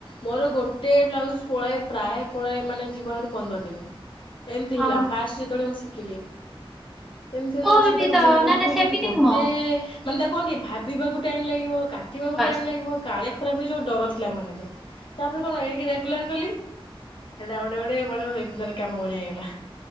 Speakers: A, on the left; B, in the centre.
A: ମୋର ଗୋଟେ ଗୋଟେ ବ୍ଲାଉଜ ପଳାଏ ପ୍ରାୟ ପଳାଏ ମାନେ ଯିବା ଭାରି ପନ୍ଦର ଦିନ ଏମିତି
B: ହଁ
A: ହେଲା ଫାଷ୍ଟ ଯେତେବେଳେ ମୁଁ ଶିଖି କିଲ ଏମିତି ହେଲେ
B: ମୋର
A: ଅସୁବିଧା
B: ବି
A: ହେଲା
B: ତ
A: ମୁଁ କହିଲି ନା ମୁଁ
B: ସେମିତି
A: ଯଦି ଗୋଟେ
B: ନୁହଁ
A: ମାନେ ତା କ ଆ କି ଭାବିବାକୁ ଟାଇମ ଲାଗିବ କା କାଟିବାକୁ
B: ବାସ୍
A: ଟାଇମ୍ ଲାଗିବ କାଳେ ଖରାପ ହେଇଯିବ ଡର ଥିଲା ମନରେ ତାପରେ କଣ ଏଣିକ ରେଗୁଲାର ଗଲି ହେଲେ ଆଉ ଗୋଟେ ଆଉ ଗୋଟେ ମାନେ ରେଗୁଲର କାମଭଳିଆ ହେଇଗଲା।